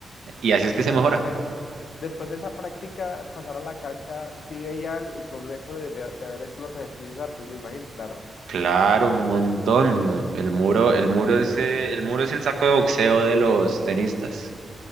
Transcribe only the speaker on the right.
Y así es que se
mejora.
Claro, un montón. El muro, el muro es, eh, el muro es el saco de boxeo de los tenistas